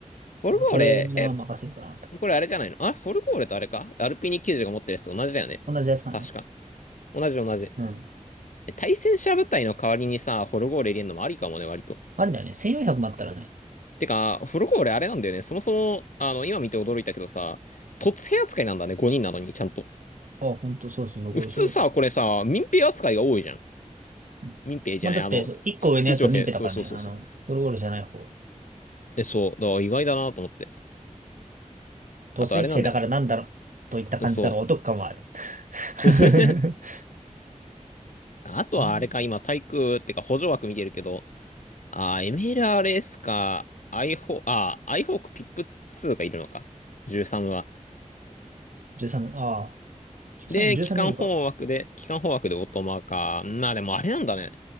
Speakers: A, on the left; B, on the right.
A: フォルゴーレ、
B: これにまあ任せるかなと。
A: え、これあれじゃないのあ、フォルゴーレとあれかアルピーニ90が持ってるやつ同じだよね。
B: 同じやつかな。
A: 確か。同じ同じ。
B: うん。
A: え対戦車部隊の代わりにさ、フォルゴーレ入れるのもありかもね、割と。
B: あれだよね。1400もあったらね。
A: てか、フルコ俺あれなんだよね。そもそも、あの、今見て驚いたけどさ、突兵扱いなんだね、5人なのに、ちゃんと。
B: あ、ほんと、そうそうそう、
A: 普通さ、
B: これすごい。う
A: これさ、民兵扱いが多いじゃん。
B: ん
A: 民兵じゃない、
B: まあ、だって、
A: あの、
B: そう、
A: つつ通常兵。
B: 1個上のやつは民兵だからね。
A: そうそうそうそう。
B: あの、ゴロゴロじゃない方。
A: え、そう、だから意外だなと思って。
B: 土星兵だからなんだろう。
A: あとあれなんだよな。
B: といった感じだからお得感はある。
A: えそう。<laughs>
B: <laughs>
A: あとはあれか、
B: あ、
A: 今、対空、ってか補助枠見てるけど、あー、MLRS か、i4、あー、アイホークピップツ2がいるのか。13は。
B: 13、ああ、13、
A: で、
B: 13ミリか。
A: 機関砲枠で、機関砲枠でオートマか。まあでもあれなんだね。